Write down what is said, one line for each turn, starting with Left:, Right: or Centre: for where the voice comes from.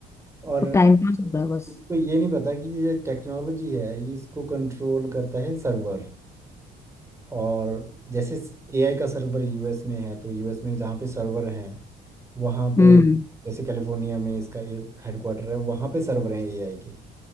Right: और
Left: टाइम पास हो रहा है बस
Right: उनको ये नहीं पता कि ये टेक्नोलॉजी है ये इसको कंट्रोल करता है सर्वर और जैसे एआई का सर्वर यूएस में है तो यूएस में जहाँ पे सर्वर है वहाँ पे
Left: हम्म
Right: जैसे कैलिफोर्निया में इसका हेडक्वार्टर है वहाँ पे सर्वर हैं एआई के